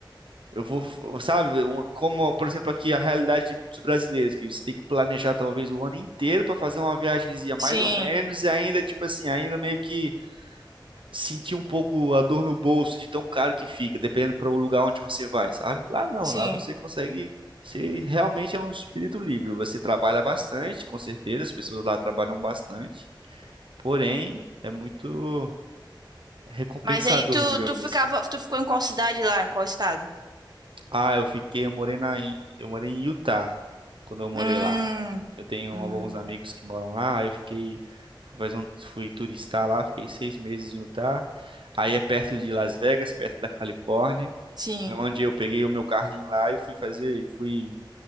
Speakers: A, on the right; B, on the right.
A: Eu vou, sabe? um- Como, por exemplo, aqui a realidade de muitos brasileiros, que você tem que planejar talvez o ano inteiro para fazer uma viagemzinha mais
B: sim,
A: ou menos, e ainda, tipo assim, ainda meio que sentir um pouco a dor no bolso de tão caro que fica, dependendo para o lugar onde você vai, sabe? Lá não,
B: sim.
A: lá você consegue. Você realmente é um espírito livre. Você trabalha bastante, com certeza, as pessoas lá trabalham bastante. Porém, é muito recompensador,
B: Mas aí tu,
A: digamos
B: tu ficava,
A: assim.
B: tu ficou em qual cidade lá, em qual estado?
A: Ah, eu fiquei, eu morei na, eu morei em Utah, quando eu morei
B: Hum,
A: lá. Eu tenho
B: hum,
A: alguns amigos que moram lá, aí eu fiquei, fui fazer um, fui turistar lá, fiquei seis meses em Utah. Aí é perto de Las Vegas, perto da Califórnia.
B: sim.
A: Foi onde eu peguei o meu carrinho lá e fui fazer, e fui